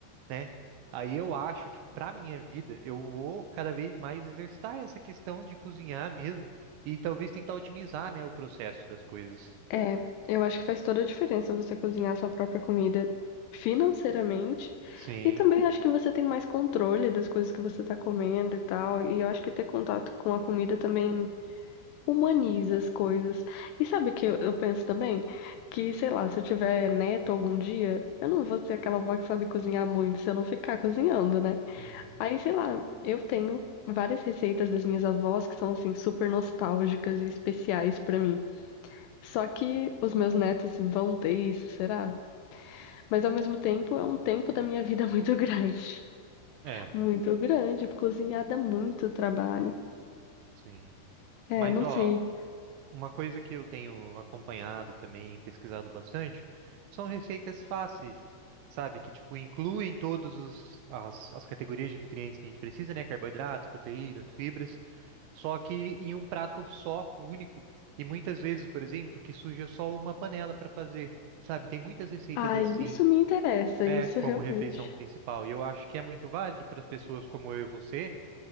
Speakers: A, on the right (about 80°); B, on the left (about 80°).
A: né? Aí eu acho que pra minha vida eu vou cada vez mais exercitar essa questão de cozinhar mesmo e talvez tentar otimizar, né, o processo das coisas.
B: É, eu acho que faz toda a diferença você cozinhar a sua própria comida financeiramente.
A: Sim.
B: E também acho que você tem mais controle das coisas que você tá comendo e tal. E eu acho que ter contato com a comida também humaniza as coisas. E sabe o que eu, eu penso também? Que, sei lá, se eu tiver neto algum dia, eu não vou ser aquela avó que sabe cozinhar muito se eu não ficar cozinhando, né?
A: Uhum.
B: Aí, sei lá, eu tenho várias receitas das minhas avós que são, assim, super nostálgicas e especiais pra mim. Só que os meus netos vão ter isso, será? Mas ao mesmo tempo é um tempo da minha vida muito grande.
A: É,
B: <laughs> Muito grande, cozinhar dá muito trabalho.
A: sim.
B: É,
A: Mas
B: não
A: ó,
B: sei.
A: Uma coisa que eu tenho acompanhado também, pesquisado bastante, são receitas fáceis, sabe? Que, tipo, incluem todas as, as categorias de nutrientes que a gente precisa, né? Carboidratos, proteínas, fibras, só que em um prato só, único. E muitas vezes, por exemplo, que suja só uma panela para fazer, sabe? Tem muitas receitas
B: Ah,
A: assim,
B: isso me interessa,
A: é,
B: isso
A: como
B: realmente.
A: refeição principal. E eu acho que é muito válido para as pessoas como eu e você